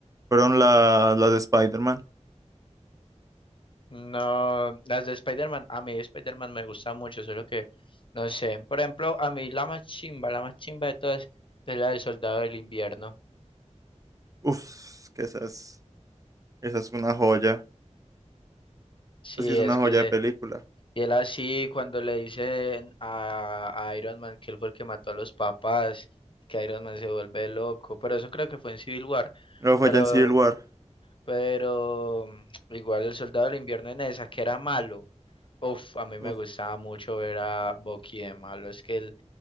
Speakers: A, on the right; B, on the left.
A: fueron la- las de Spider-Man.
B: No, las de Spider-Man, a mí Spider-Man me gusta mucho, solo que no sé. Por ejemplo, a mí la más chimba, la más chimba de todas es la del Soldado del Invierno.
A: Uf, que esa es, esa es una joya.
B: Sí,
A: Así es
B: es
A: una joya
B: que se
A: de película.
B: Y él así, cuando le dicen a, a Iron Man que él fue el que mató a los papás, que Iron Man se vuelve loco, pero eso creo que fue en Civil War,
A: Luego fue
B: pero,
A: ya en Civil War.
B: pero mm, igual el Soldado del Invierno en esa, que era malo, uf, a mí
A: Uf,
B: me gustaba mucho ver a Bucky de malo, es que él